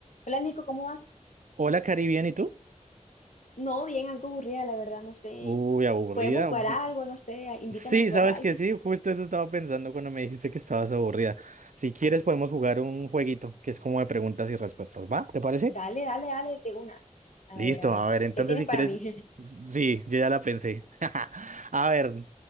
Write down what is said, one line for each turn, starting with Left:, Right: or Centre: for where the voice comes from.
Left: Hola Nico, ¿cómo vas?
Right: Hola, Cari, ¿bien? ¿Y tú?
Left: No, bien, algo aburrida, la verdad, no sé.
Right: Uy, aburrida.
Left: ¿Podemos jugar
Right: Bu-
Left: algo? No sé, a- invítame
Right: Sí,
Left: a jugar
Right: sabes
Left: algo.
Right: que
Left: <laughs>
Right: sí, justo eso estaba pensando cuando me dijiste que estabas aburrida. Si quieres, podemos jugar un jueguito que es como de preguntas y respuestas, ¿va? ¿Te parece?
Left: Dale, dale, dale, de una. A
Right: Listo,
Left: ver, a ver,
Right: a ver, entonces
Left: ¿qué tienes
Right: si
Left: para
Right: quieres.
Left: mí? <laughs>
Right: Sí, yo ya la pensé. <laughs> A ver,